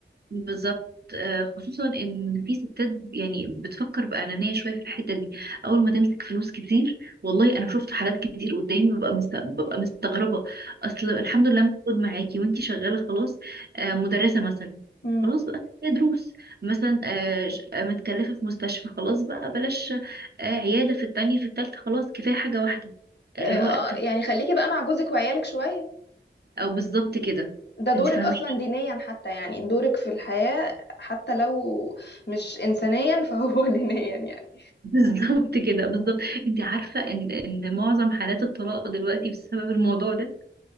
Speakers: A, on the right; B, on the left.
A: بالظبط آه، خصوصا ان في ستات يعني بتفكر بانانيه شويه في الحته دي اول ما تمسك فلوس كتير والله انا شفت حالات كتير قدامي ببقى مست... ببقى مستغربه اصل الحمد لله موجود معاكي وانتي شغاله خلاص آه، مدرسه مثلا
B: امم
A: خلاص بقى كفاية دروس مثلا آه، ج- آه، متكلفه في مستشفى خلاص بقى بلاش آه، عياده في التانية في التالتة خلاص كفايه حاجه واحده
B: اه
A: اللي هو
B: آه،
A: الت-
B: يعني خليكي بقى مع جوزك وعيالك شوية
A: أو بالظبط كده
B: ده دورك
A: انت فاهماني
B: أصلا دينيا حتى يعني دورك في الحياة حتى لو مش إنسانيا فهو <laughs> دينيا يعني
A: بالظبط كده بالظبط انت عارفه ان ان معظم حالات الطلاق دلوقتي بسبب الموضوع ده